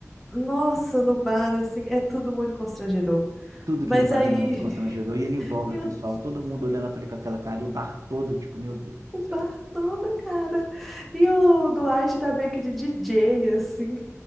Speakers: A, in the centre; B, on the right.
A: Nossa, no bar, assim, é tudo muito constrangedor.
B: Tudo
A: Mas
B: que ele faz
A: aí,
B: é muito constrangedor
A: <laughs>
B: e ele envolve
A: e
B: o pessoal,
A: o
B: todo mundo olhando pra ele com aquela cara e o bar todo, tipo, meu Deus do
A: o
B: céu.
A: bar todo, cara. E o Dwight tá meio que de DJ, assim.